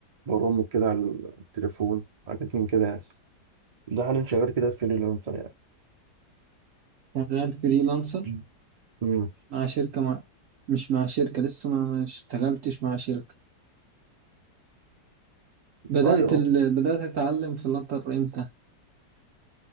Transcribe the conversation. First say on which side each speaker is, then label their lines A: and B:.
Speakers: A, on the right; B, on the right.
A: برامج كده على التليفون حاجات من كده يعني ده حاليا شغال كده فريلانسر يعني
B: شغال فريلانسر
A: مم. امم
B: مع شركة مع... مش مع شركة لسه ما ما اشتغلتش مع شركة بدأت
A: ايوه
B: ال... بدأت أتعلم فلاتر امتى